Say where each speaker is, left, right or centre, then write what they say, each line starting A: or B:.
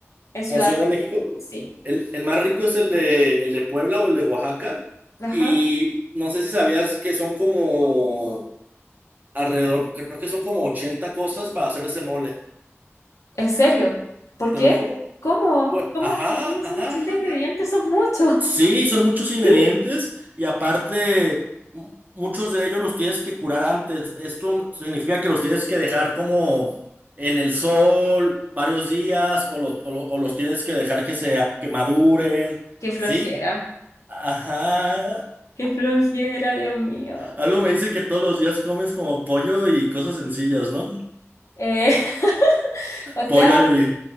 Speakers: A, on the left; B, on the right.
A: En Ciudad
B: la Ciudad
A: de
B: de México.
A: México. Sí.
B: El, el más rico es el de, el de Puebla o el de Oaxaca.
A: Ajá.
B: Y no sé si sabías que son como alrededor, creo que son como 80 cosas para hacer ese mole.
A: ¿En serio? ¿Por
B: Te
A: qué?
B: lo juro.
A: ¿Cómo?
B: Pues,
A: ¿Cómo?
B: ajá,
A: Pues como
B: ajá,
A: son 80
B: ajá.
A: ingredientes,
B: ajá.
A: son muchos.
B: Sí, son muchos ingredientes
A: Sí.
B: y aparte mu- muchos de ellos los tienes que curar antes. Esto significa que los tienes que dejar como en el sol varios días o, lo- o lo- o los tienes que dejar que sea, que maduren,
A: Qué flojera.
B: ¿sí? Ajá.
A: Qué flojera, Dios mío.
B: Algo me dice que todos los días comes como pollo y cosas sencillas, ¿no?
A: Eh, <laughs> o sea,
B: Pollo al grill.